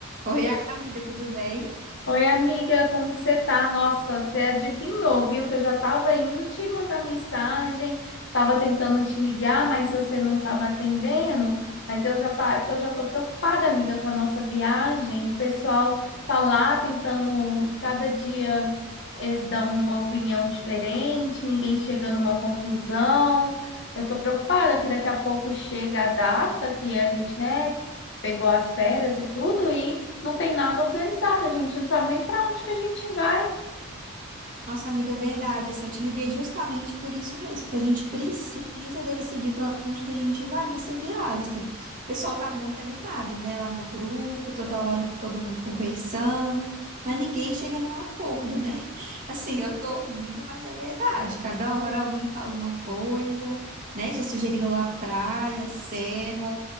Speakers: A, on the right; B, on the left.
A: Oi, amiga, tudo bem?
B: Oi, amiga, como que você tá? Nossa, você adivinhou, viu? Que eu já tava indo te mandar mensagem, tava tentando te ligar, mas você não tava atendendo. Mas eu já tá, é porque eu já tô preocupada, amiga, com a nossa viagem. O pessoal tá lá tentando, cada dia eles dão uma opinião diferente, ninguém chega numa conclusão. Eu tô preocupada que daqui a pouco chega a data que a gente, né, pegou as férias e tudo e não tem nada organizado, a gente não sabe nem para onde que a gente vai.
A: Nossa, amiga, verdade, assim, eu te liguei justamente por isso mesmo, porque a gente precisa decidir para onde que a gente vai nessa viagem, assim. O pessoal tá muito animado, né, lá no grupo, toda hora todo mundo conversando, mas ninguém chega num acordo, né? <laughs> Assim, eu tô rindo, mas é verdade, cada hora alguém fala uma coisa, né? Já sugeriram lá praia, serra,